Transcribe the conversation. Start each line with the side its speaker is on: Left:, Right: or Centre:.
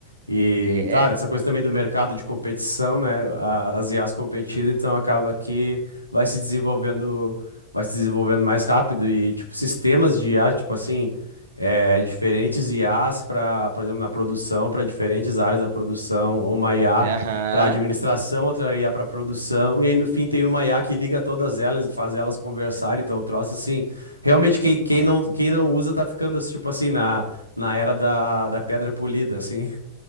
Left: E,
Right: É,
Left: claro, essa coisa também do mercado de competição, né? a- As IAs competindo, então acaba que vai se desenvolvendo, vai se desenvolvendo mais rápido e, tipo, sistemas de IA, tipo assim, é, diferentes IAs para, por exemplo, na produção, para diferentes áreas da produção, ou uma IA
Right: aham,
Left: para administração, outra IA para produção, e aí no fim tem uma IA que liga todas elas e faz elas conversarem, então o troço assim. Realmente, quem, quem
Right: é.
Left: não, quem não usa tá ficando, tipo assim, na, na era da, da pedra polida, assim.